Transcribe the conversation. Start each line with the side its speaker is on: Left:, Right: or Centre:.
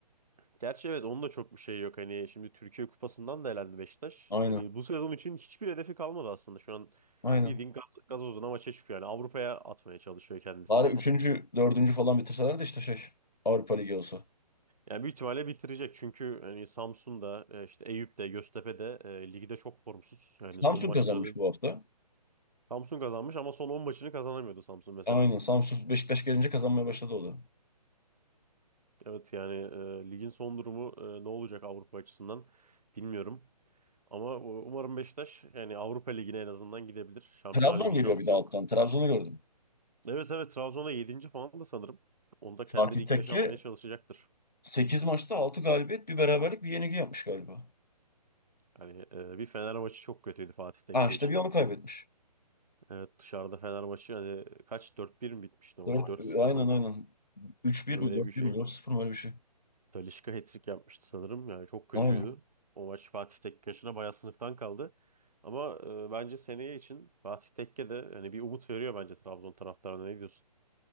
Right: Gerçi evet onun da çok bir şey yok. Hani şimdi Türkiye Kupası'ndan da elendi Beşiktaş.
Left: Aynen.
Right: Hani bu sezon için hiçbir hedefi kalmadı aslında. Şu an
Left: Aynen.
Right: bildiğin gaz, gazozuna maça çıkıyor. Yani Avrupa'ya atmaya çalışıyor kendisini.
Left: Bari üçüncü, dördüncü falan bitirseler de işte şey Avrupa Ligi olsa.
Right: Yani büyük ihtimalle bitirecek çünkü hani Samsun'da e, işte Eyüp'te, Göztepe'de e, ligde çok formsuz. Yani
Left: Samsun
Right: son maçlarını
Left: kazanmış bu hafta.
Right: Samsun kazanmış ama son 10 maçını kazanamıyordu Samsun mesela.
Left: Aynen. Samsun Beşiktaş gelince kazanmaya başladı o da.
Right: Evet yani e, ligin son durumu e, ne olacak Avrupa açısından bilmiyorum. Ama u- umarım Beşiktaş yani Avrupa Ligi'ne en azından gidebilir. Şampiyonlar
Left: Trabzon
Right: Ligi
Left: geliyor
Right: şansı
Left: bir de
Right: yok.
Left: alttan. Trabzon'u gördüm.
Right: Evet evet Trabzon'a 7. falan da sanırım. Onda
Left: Fatih
Right: kendini ilk
Left: Tekke
Right: 5'e atmaya çalışacaktır.
Left: 8 maçta 6 galibiyet, bir beraberlik, bir yenilgi yapmış galiba.
Right: Yani e, bir Fener maçı çok kötüydü Fatih Tekke
Left: Ha işte
Right: için.
Left: bir onu kaybetmiş.
Right: Evet dışarıda Fenerbahçe hani kaç dört 1 mi bitmişti o
Left: 4.
Right: maç 4-0
Left: aynen
Right: mı?
Left: aynen. Üç bir
Right: Böyle
Left: mi dört
Right: bir şey.
Left: bir mi dört sıfır mı öyle bir şey.
Right: Talisca hat-trick yapmıştı sanırım yani çok kötüydü.
Left: Aynen.
Right: O maç Fatih Tekke'ye bayağı sınıftan kaldı. Ama e, bence seneye için Fatih Tekke de hani bir umut veriyor bence Trabzon taraftarına ne diyorsun?